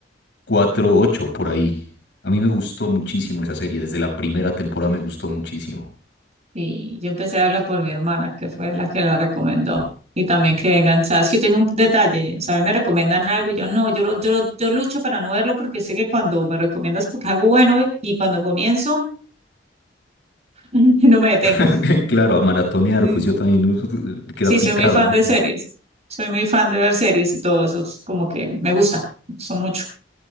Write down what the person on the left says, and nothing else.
4 8 por ahí. A mí me gustó muchísimo esa serie. Desde la primera temporada me gustó muchísimo.
<laughs> Claro, a maratonear,
pues yo también uh, queda
picado,
¿no?